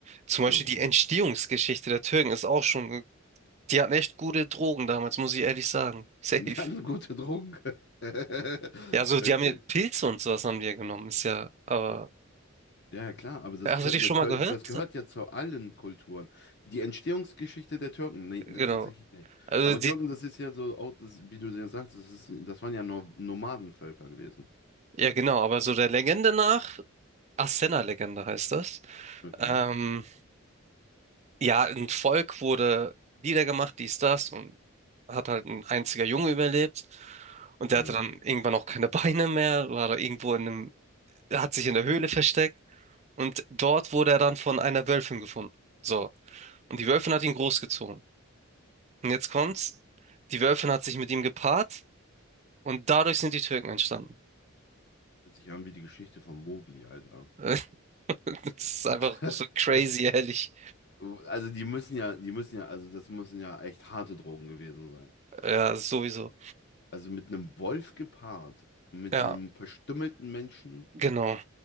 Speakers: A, on the right; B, on the left.
A: Zum Beispiel
B: So,
A: die Entstehungsgeschichte der Türken ist auch schon, die hatten echt gute Drogen damals, muss ich ehrlich sagen.
B: <laughs>
A: <laughs> Safe.
B: die hatten gute Drogen. <laughs>
A: Ja, also die
B: Okay.
A: haben ja Pilze und sowas haben die ja genommen, ist ja, aber
B: Ja, ja, klar, aber das,
A: ja, hast
B: gehö-
A: du dich
B: das,
A: schon
B: gehö-
A: mal gehört?
B: das gehört ja zu allen Kulturen. Die Entstehungsgeschichte der Türken, nee, ne,
A: Genau.
B: tatsächlich nicht.
A: Also
B: Aber Türken, das ist ja so, auch das, wie du ja sagst, das ist, das waren ja Nor- Nomadenvölker gewesen.
A: Ja, genau, aber so der Legende nach, Arsena-Legende heißt das.
B: Okay,
A: Ähm, ja, ein Volk wurde niedergemacht, dies, das, und hat halt ein einziger Junge überlebt. Und der
B: ja.
A: hatte dann irgendwann auch keine <laughs> Beine mehr, war da irgendwo in einem, hat sich in der Höhle versteckt. Und dort wurde er dann von einer Wölfin gefunden. So. Und die Wölfin hat ihn großgezogen. Und jetzt kommt's,
B: Das
A: die Wölfin hat sich mit ihm gepaart und dadurch sind die Türken entstanden.
B: hört sich ja an wie die Geschichte von Mowgli, Alter.
A: <laughs> Das ist einfach
B: <laughs>
A: so crazy, ehrlich.
B: Also die müssen ja, die müssen ja, also das müssen ja echt harte Drogen gewesen sein.
A: Ja, sowieso.
B: Also mit einem Wolf gepaart, mit
A: Ja.
B: einem verstümmelten Menschen
A: Genau.